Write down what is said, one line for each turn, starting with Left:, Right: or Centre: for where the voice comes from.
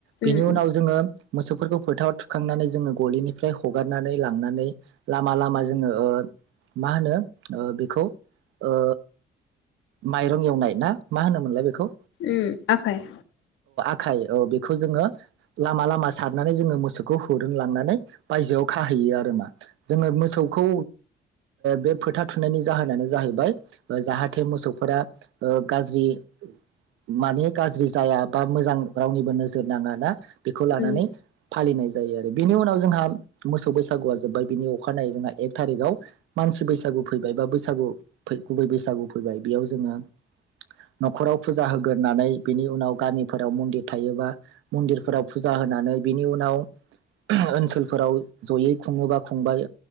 Right: बेनि
Left: उम
Right: उनाव
Left: उम
Right: जोङो मोसौफोरखौ फोथाराव थुखांनानै जोङो गलिनिफ्राय हगारनानै लांनानै लामा लामा जोङो ओ मा होनो बेखौ ओ माइरं एवनाय ना मा होनोमोनलाय बेखौ
Left: ओम आखाइ
Right: खाइ औ बेखौ जोङो लामा लामा सारनानै जोङो मोसौखौ हुरोंलांनानै बायजोआव खाहैयो आरो मा जोङो मोसौखौ बे फोथा थुनायनि जाहोनानो जाहैबाय जाहा हाथे मोसौफोरा गाज्रि माने गाज्रि जाया बा मोजां रावनिबो नोजोर नाङा ना बेखौ लानानै
Left: उम
Right: फालिनाय जायो आरो बेनि उनाव जोंहा मोसौ बैसागुआ जोब्बाय बिनि अखानायै जोंहा एक थारिखआव मानसि बैसागु फैबाय बा बैसागु गुबै बैसागु फैबाय बेयाव जोङो न'खराव फुजा होग्रानै बिनि उनाव गामिफोराव मन्दिर थायोबा मन्दिरफोराव फुजा होनानै बिनि उनाव ओनसोलफोराव जयै खुङोबा खुंबाय